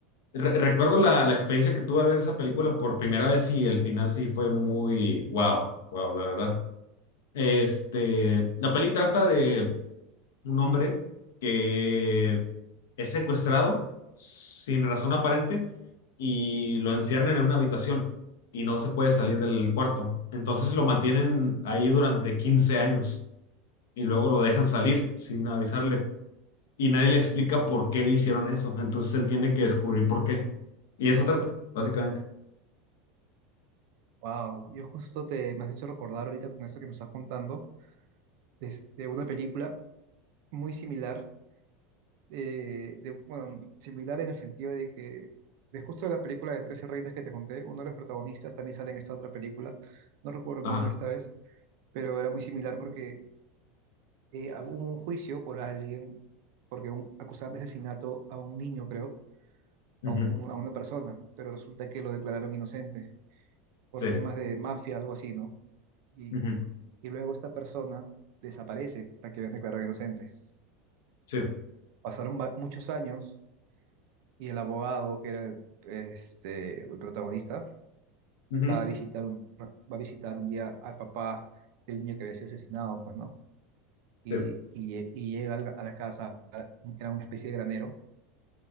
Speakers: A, on the left; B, on the right.
A: Re- recuerdo la, la experiencia que tuve al ver esa película por primera vez y el final sí fue muy wow, wow, la verdad. Este, la peli trata de un hombre que es secuestrado sin razón aparente y lo encierran en una habitación y no se puede salir del cuarto. Entonces lo mantienen ahí durante 15 años y luego lo dejan salir sin avisarle y nadie le explica por qué le hicieron eso. Entonces él tiene que descubrir por qué. Y eso trata, básicamente.
B: Wow, yo justo te me has hecho recordar ahorita con esto que me estás contando, este, una película muy similar eh, de- bueno, similar en el sentido de que de justo la película de 13 reinas que te conté, uno de los protagonistas también sale en esta otra película, no recuerdo el
A: Ajá.
B: nombre esta vez, pero era muy similar porque eh, hubo un juicio por alguien, porque un, acusaban de asesinato a un niño, creo,
A: Ujú.
B: a, un- a una persona, pero resulta que lo declararon inocente por
A: Sí.
B: temas de mafia, algo así, ¿no? Y,
A: Ujú.
B: y luego esta persona desaparece, la que habían declarado inocente.
A: Sí.
B: Pasaron va- muchos años y el abogado, que era este, el protagonista,
A: Ujú.
B: va a visitar un, va a visitar un día al papá del niño que había sido asesinado, pues, ¿no?
A: Sí.
B: Y, y- eh, y llega al- a la casa, era una especie de granero,